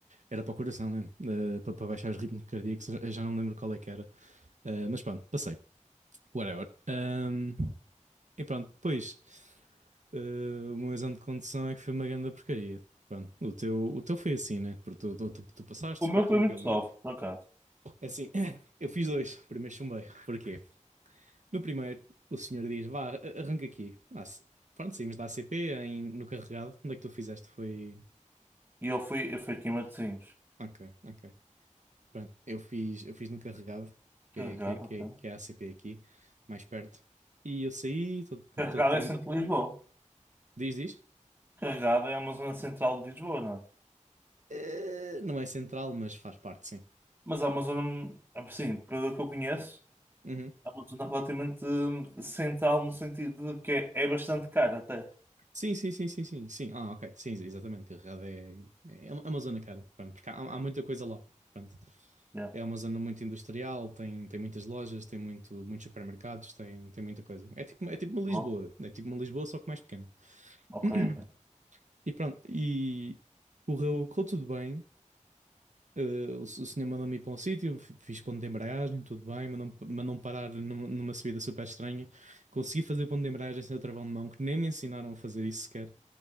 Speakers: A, on the right (about 70°); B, on the right (about 15°).
A: era para o coração mesmo, eh, para, para baixar os ritmos cardíacos. Eu já não lembro qual é que era. Eh, mas pronto, passei. Whatever. Ahm, E pronto, depois, eh, o meu exame de condução é que foi uma grande porcaria. Pronto, o teu, o teu foi assim, né? Porque tu, tu, tu, tu passaste
B: O
A: super
B: meu
A: tranquilo,
B: foi muito soft,
A: né?
B: por acaso.
A: É assim, <coughs> <clears throat> eu fiz dois, o primeiro chumbei. Porquê? No primeiro, o senhor diz, vá, a- arranca aqui. Ah, se- pronto, saímos da ACP em, no carregado. Onde é que tu fizeste? Foi...
B: E eu fui, eu fui aqui em Matosinhos.
A: Ok, ok. Pronto, eu fiz, eu fiz no carregado, que
B: Carregado,
A: é, que é, que é,
B: ok.
A: que é a ACP aqui, mais perto. E eu saí, todo
B: Carregado
A: todo tran-
B: é centro de Lisboa.
A: Diz, diz?
B: Carregado é uma zona central de Lisboa, não é?
A: Eh, não é central, mas faz parte, sim.
B: Mas é uma zona, assim, pelo que eu conheço,
A: Uhum.
B: é uma zona relativamente hum, central no sentido de que é, é bastante cara até.
A: Sim, sim, sim, sim, sim, sim. Ah, ok. Sim, exatamente. Carregado é, é, é uma é uma zona cara. Pronto, porque há, há muita coisa lá. Pronto.
B: Yeah.
A: É uma zona muito industrial, tem, tem muitas lojas, tem muito, muitos supermercados, tem, tem muita coisa. É tipo, é tipo uma
B: Bom,
A: Lisboa, é tipo uma Lisboa, só que mais pequena.
B: ok,
A: <clears throat>
B: ok.
A: E pronto, e correu, correu tudo bem. Eh, o, s- o senhor mandou-me ir para um sítio, f- fiz ponto de embreagem, tudo bem, mandou-me mandou parar numa, numa subida super estranha. Consegui fazer ponto de embreagem sem o travão de mão, que nem me ensinaram a fazer isso sequer.